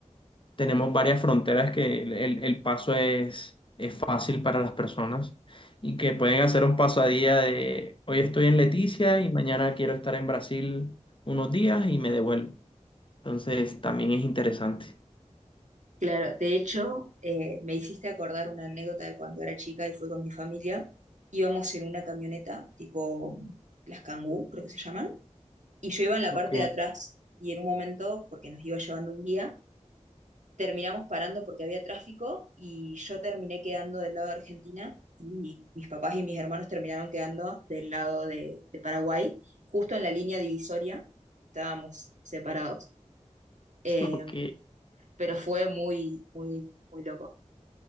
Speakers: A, on the left; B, on the right.
A: tenemos varias fronteras que el, el- el paso es, es fácil para las personas y que pueden hacer un paso a día de hoy estoy en Leticia y mañana quiero estar en Brasil unos días y me devuelvo. Entonces también es interesante.
B: claro. De hecho, eh, me hiciste acordar una anécdota de cuando era chica y fui con mi familia. Íbamos en una camioneta tipo las Kangoo, creo que se llaman, y yo iba en la
A: Ok,
B: parte de atrás y en un momento, porque nos iba llevando un guía, terminamos parando porque había tráfico y yo terminé quedando del lado de Argentina y mis papás y mis hermanos terminaron quedando del lado de, de Paraguay, justo en la línea divisoria, estábamos separados. Eh,
A: <laughs> ok.
B: pero fue muy, muy, muy loco.